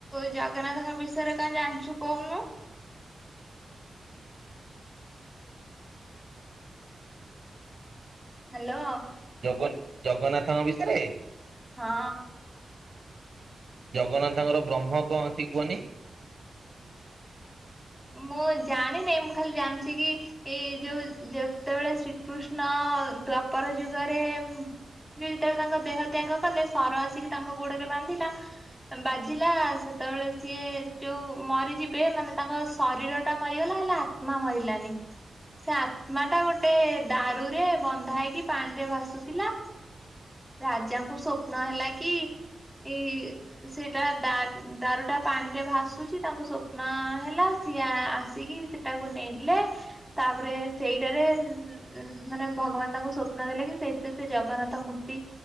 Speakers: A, in the centre; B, on the right.
A: ଜଗନ୍ନାଥଙ୍କ ବିଷୟରେ କଁ ଜାଣିଚୁ କହୁନୁ। ହାଲୋ।
B: ଜଗ ଜଗନ୍ନାଥଙ୍କ ବିଷୟରେ?
A: ହଁ।
B: ଜଗନ୍ନାଥଙ୍କର ବ୍ରହ୍ମ କଣ ସେ କୁହନି?
A: ମୁଁ ଜାଣିନେଇ ମୁଁ ଖାଲି ଜାଣିଚି କି ଏଇ ଯୋଉ ଯେତେଳେ ଶ୍ରୀକୃଷ୍ଣ ଦ୍ଵାପର ଯୁଗରେ ଉଁ ଯୋଉ ଯେତେଳେ ତାଙ୍କ ଦେହ ତ୍ୟାଗ କଲେ ସର ଆସିକି ତାଙ୍କ ଗୋଡ଼ରେ ବାନ୍ଧିଲା ବାଜିଲା ସେତେବେଳେ ସିଏ ଯୋଉ ମରିଯି ପେ ମାନେ ତାଙ୍କ ଶରୀରଟା ମରିଗଲା ହେଲେ ଆତ୍ମା ମରିଲାନି ସେ ଆତ୍ମାଟା ଗୋଟେ ଦାରୁରେ ବନ୍ଧା ହେଇକି ପାଣିରେ ଭାସୁଥିଲା। ରାଜାଙ୍କୁ ସ୍ୱପ୍ନ ହେଲା କି ଇ ସେଇଟା ଦା ଦାରୁଟା ପାଣିରେ ଭାସୁଚି ତାଙ୍କୁ ସୋ ନ ହେଲା ସିଏ ଆ ଆସିକି ସେଟାକୁ ନେଲେ ତାପରେ ସେଇଟାରେ ଇ ମାନେ ଭଗବାନ ତାଙ୍କୁ ସ୍ୱପ୍ନ ଦେଲେ କି ସେଇଥିରେ ସେ ଜଗନ୍ନାଥ ମୂର୍ତ୍ତି